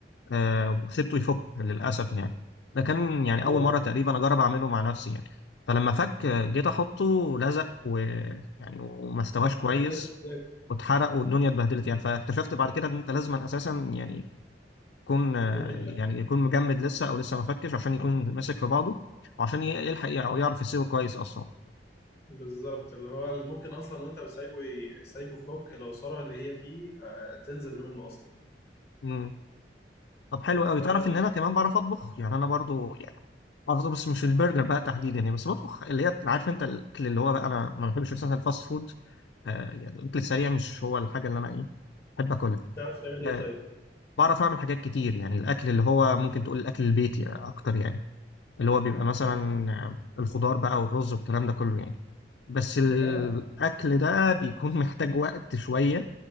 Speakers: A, on the left; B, on the left.
A: آه، وسبته يفك للاسف يعني ده كان يعني
B: لا
A: اول مره تقريبا اجرب اعمله مع نفسي يعني فلما فك آه، جيت احطه لزق ويعني وما استواش كويس
B: بعد الاحتكاك
A: واتحرق والدنيا اتبهدلت يعني فاكتشفت بعد كده ان انت لازم اساسا يعني يكون
B: يكون
A: آه،
B: متاكد
A: يعني يكون مجمد لسه او لسه ما فكش عشان يكون ماسك في بعضه وعشان ي- يلحق او يعرف يسيبه كويس اصلا
B: بالظبط اللي هو ممكن اصلا وانت سايبه سايبه فوق العصاره اللي هي فيه آه، تنزل منه اصلا
A: مم. طب حلو قوي
B: فتعرف
A: تعرف ان انا كمان بعرف اطبخ يعني انا برضو قصدي بس مش البرجر بقى تحديدا يعني بس بطبخ اللي هي عارف انت الاكل اللي هو بقى انا ما بحبش اساسا الفاست فود آه يعني الاكل السريع مش هو الحاجه اللي انا ايه بحب اكلها
B: تعمل ايه
A: آه
B: طيب؟
A: بعرف اعمل حاجات كتير يعني الاكل اللي هو ممكن تقول الاكل البيتي اكتر يعني اللي هو بيبقى مثلا
B: طب
A: آه، الخضار بقى والرز والكلام ده كله يعني بس الاكل
B: يا جدع
A: ده بيكون <laughs> محتاج وقت شويه